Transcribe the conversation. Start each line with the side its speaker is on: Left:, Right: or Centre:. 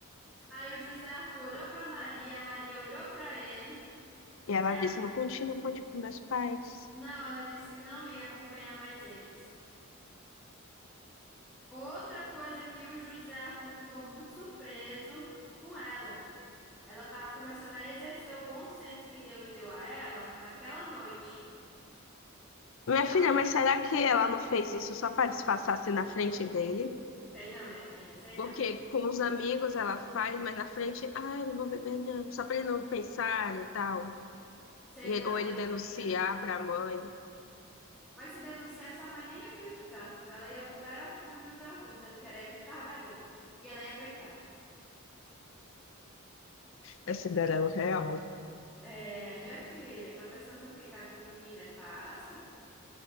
Centre: Aí o José Arthur olhou para Maria, a Maria olhou para ele.
Left: E ela
Centre: Aí a-
Left: disse, eu continuo com tipo, meus pais.
Centre: Não, ela disse que não ia acompanhar mais eles. Outra coisa que o José Arthur ficou muito surpreso com ela. Ela estava começando a exercer o bom senso que Deus deu a ela naquela noite.
Left: Minha
Centre: Não,
Left: filha, mas será que ela não fez isso só para disfarçar assim na frente dele?
Centre: sei não, minha filha, sei não.
Left: Porque com os amigos ela faz, mas na frente, ah, eu não vou beber, não. Só para ele não pensar e tal.
Centre: Sei
Left: E-
Centre: não,
Left: ele- ou
Centre: minha
Left: ele denunciar
Centre: filha.
Left: para a mãe.
Centre: Mas se denunciar, essa mãe nem ia acreditar. Ela ia botar era a culpa no José Arthur, dizendo que era ele que estava bebendo. E ela ia acreditar.
Left: É Cinderela real.
Centre: É, minha filha, tá pensando o quê? Que a vida do menino é fácil?